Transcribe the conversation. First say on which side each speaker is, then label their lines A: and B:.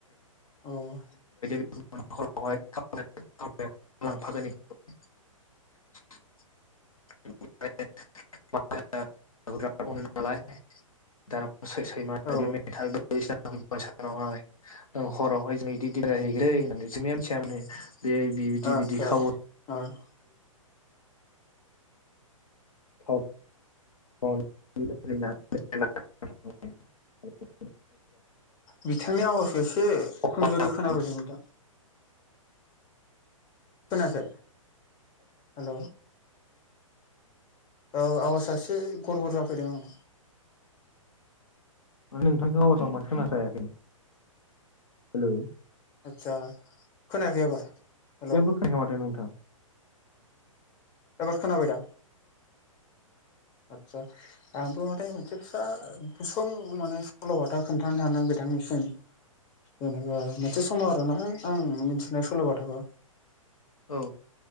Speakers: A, on the left; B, on the left.
A: औ
B: <inaudible> <inaudible> <inaudible> नालाय <unintelligible>
A: औ
B: मेथाय बायदिसिना सानावहाय हरावहाय जों <unintelligible> जे बिदि
A: आदसा
B: बिदि खावो
A: <unintelligible>
B: औ <unintelligible> <unintelligible>
A: बिथांनि आवाजखो एसे
B: नोंथांखौ
A: खमजुरि खोनाफैदों नोंथां खोनायाखै हेल ओ आवाजा एसे गरबर जाफैदों आंनाव
B: नोंथांनि आवाजाव माथो खोनाफैयाखै हेलौ
A: आतसा खोनायाखै एबार हेल'
B: जेबो खोनाया माथो नोंथां
A: एबार खोनाबायदा आदसा आंबो माने मोनसे फिसा गुसुं माने सल'बाथा खोन्थानो सानदों आंनिसिम जेनेबा मोनसे समाव आरोना आं मिथिनाय सल'बाथाखौ
B: औ